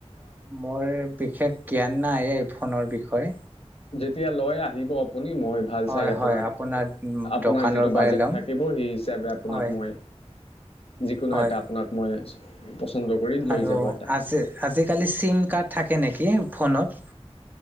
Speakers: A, on the right (about 15°); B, on the left (about 55°).
A: মোৰ বিশেষ জ্ঞান নাই এই ফোনৰ বিষয়ে।
B: যেতিয়া লয় আহিব আপুনি মই ভাল
A: হয়
B: চাই আপোনাক।
A: হয় আপোনাৰ
B: আপোনাৰ
A: দোকানৰ
B: যিটো
A: পৰাই
B: বাজেট
A: ল'ম
B: থাকিব সেই হিচাপে আপোনাক
A: হয়
B: মই। যিকোনো
A: হয়
B: এটা আপোনাক মই। পচন্দ কৰি লৈ
A: আৰু
B: যাব এটা
A: আজ আজিকালি চিম কাৰ্ড থাকে নেকি ফোনত।